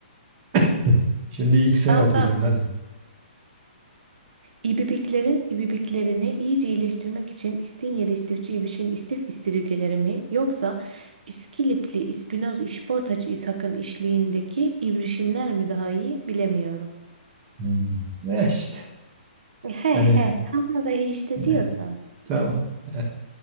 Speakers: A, on the right; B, on the right.
A: <laughs> Şimdi ilk sen
B: Tamam
A: okuyacaksın
B: tamam.
A: hadi.
B: İbibiklerin ibibiklerini iyice iyileştirmek için İstinyeli istifçi İbiş'in istif istiridyeleri mi yoksa İskilipli İspinoz İşportacı İshak'ın işliğindeki ibrişimler mi daha iyi bilemiyorum.
A: Hmm. Ne işte.
B: He
A: Yani,
B: he. Ama da iyi işte
A: yani
B: diyorsan.
A: tamam. Evet.